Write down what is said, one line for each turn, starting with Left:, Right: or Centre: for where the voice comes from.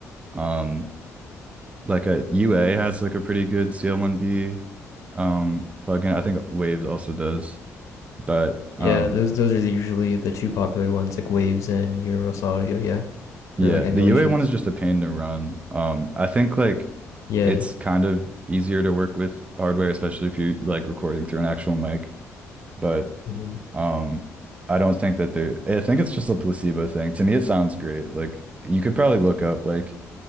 Right: um like a UA has like a pretty good CL1B um plugin. I think Waves also does, but um
Left: Yeah, those those are usually the two popular ones, like Waves and Universal Audio, yeah, for
Right: Yeah,
Left: like emulations.
Right: the UA one is just a pain to run. Um, I think like
Left: Yeah.
Right: it's kind of easier to work with hardware, especially if you're like recording through an actual mic. But
Left: hmm
Right: um, I don't think that they're, I think it's just a placebo thing. To me, it sounds great. Like you could probably look up like